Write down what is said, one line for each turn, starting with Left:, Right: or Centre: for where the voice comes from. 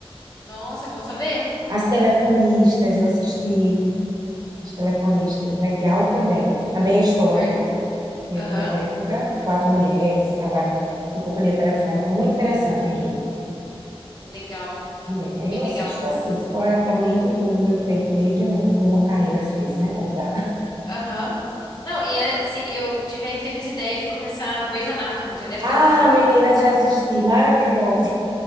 Left: Nossa, é bom saber.
Right: As Telefonistas, eu assisti. As Telefonistas, legal também. Também é histórico,
Left: Ver-
Right: de
Left: Aham,
Right: outra época. Quatro mulheres trabalham na companhia telefônica. Muito interessante o enredo
Left: Legal,
Right: também. Aí
Left: bem
Right: eu
Left: legal.
Right: assisto assim, esporadicamente, eu tô no meu tempo livre, eu dou uma carreira às vezes, né? Quando dá.
Left: Aham. Não, e é, assim, eu tive a infeliz ideia de começar Grey's Anatomy, já deve
Right: Ah,
Left: ter ouvido falar.
Right: meninas, já assisti, maravilhosa.